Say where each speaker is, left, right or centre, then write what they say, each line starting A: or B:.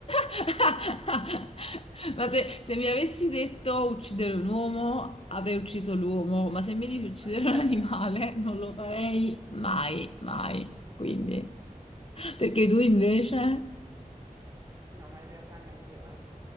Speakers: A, on the left; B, on the right.
A: <laughs> Ma se, se mi avessi detto uccidere un uomo, avrei ucciso l'uomo, ma se mi dici uccidere
B: Okay.
A: un animale, non lo farei mai, mai. Quindi, perché tu invece?
B: No, ma in realtà neanch'io, eh.